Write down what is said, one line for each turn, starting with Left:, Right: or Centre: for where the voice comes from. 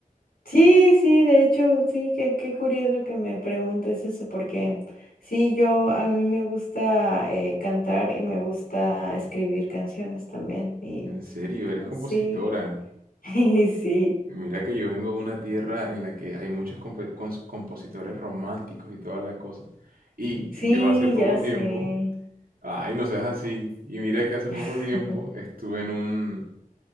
Left: sí, sí, de hecho, sí, qué, qué curioso que me preguntes eso, porque sí, yo a mí me gusta eh, cantar y me gusta escribir canciones también. Y
Right: En serio, eres compositora.
Left: sí, <laughs> sí,
Right: Mira que yo vengo de una tierra en la que hay muchos compe- cons- compositores románticos y toda la cosa. Y
Left: sí,
Right: yo hace poco
Left: ya sé.
Right: tiempo, ay, no seas así, y mira que hace
Left: <laughs>
Right: poco tiempo estuve en un,